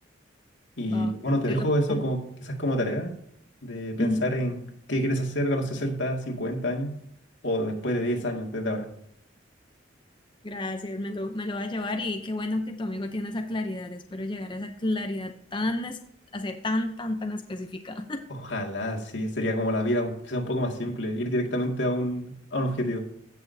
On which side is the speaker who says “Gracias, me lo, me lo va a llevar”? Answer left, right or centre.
Left